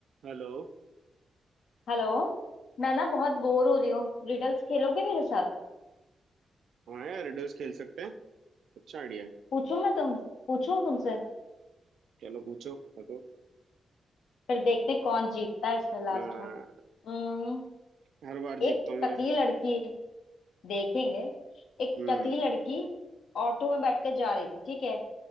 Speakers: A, on the right; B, on the left.
A: हेलो
B: हेलो मैं ना बहुत बोर हो रही हूँ रिडल्स खेलोगे मेरे साथ
A: हाँ यार रिडल्स खेल सकते हैं अच्छा आइडिया है
B: पूछूं मैं तुम पूछूं तुमसे
A: चलो पूछो बताओ
B: फिर देखते कौन जीतता है इसमें लास्ट
A: आ,
B: में हम्म
A: हर बार
B: एक
A: जीतता हूँ मैं
B: टकली लड़की देखेंगे एक
A: हम्म
B: टकली लड़की ऑटो में बैठकर जा रही थी ठीक है